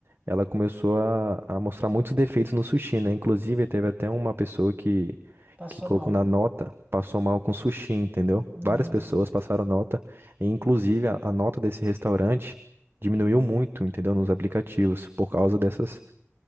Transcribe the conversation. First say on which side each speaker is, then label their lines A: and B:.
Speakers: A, on the right; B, on the right.
A: ela começou a, a mostrar muitos defeitos no sushi, né? Inclusive, teve até uma pessoa que,
B: passou
A: que colocou
B: mal.
A: na nota, passou mal com sushi, entendeu?
B: Hum,
A: Várias pessoas passaram nota, e inclusive a, a nota desse restaurante diminuiu muito, entendeu? Nos aplicativos, por causa dessas,